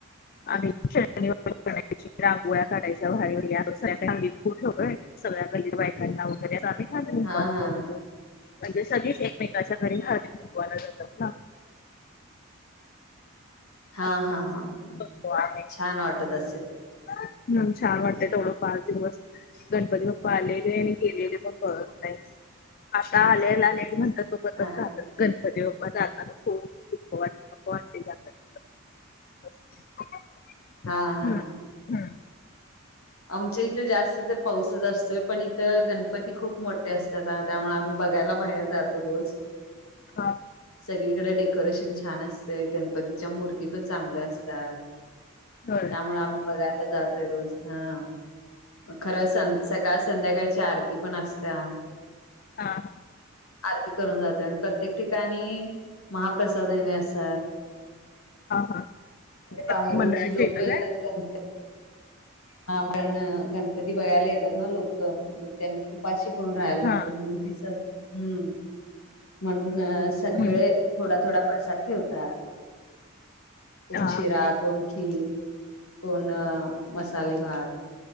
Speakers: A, on the left; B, on the left.
A: आम्ही शेणांनी <inaudible> सारून रांगोळ्या काढायच्या बाहेर <inaudible> खूप य व्हय सगळ्या गल्लीत बायकांना वगैरे असं आम्ही- हळदी कुंकवाला
B: हा हा
A: बोलवतो
B: हा
A: म्हणजे सगळीच एकमेकाच्या घरी हळदी कुंकवाला जातात ना.
B: हा
A: असं
B: हा हा हा
A: करतो आम्ही.
B: छान वाटत असेल.
A: हम्म, छान वाटतेय तेवढं पाच दिवस. गणपती बाप्पा आलेले आणि गेलेले पण कळत नाहीत, आत्ता आलेले आलेले म्हणतात तो पर्यंत
B: हा
A: जातात गणपती बप्पा जाताना खूप दुःख वाटते नको वाटते जाताना - <unintelligible>
B: हा हा
A: हम्म.
B: हा
A: हम्म
B: आमच्या इथं जास्त तर पाऊस असतोय पण इथ गणपती खूप मोठे असतात त्यामुळ आम्ही बघायला बाहेर जातो रोज.
A: हा
B: सगळीकडे डेकोरेशन छान असतय. गणपतीच्या मूर्ती पण चांगल्या असतात.
A: हं
B: त्यामुळे आम्ही बघायला जातोय रोज हा खरं सं सकाळ संध्याकाळची आरती पण असत्या
A: हा. ह.
B: आरती करून जातोय. आणि प्रत्येक ठिकाणी महाप्रसादने असतात.
A: हा हा
B: बाहेरून
A: मंडळाशी
B: जी लोक
A: येता
B: येतात.
A: काय?
B: का नाही. हा पण, गणपती बघायला येतात ना लोक. त्यांन उपाशी कोणी राहायला
A: हा
B: नको. म्हणून ती सहज, हम्म. म्हणुन, सगळे
A: हम्म
B: थोडा थोडा प्रसाद ठेवतात. कोण
A: हा
B: शिरा, कोण खीर, कोण अ मसाले भात.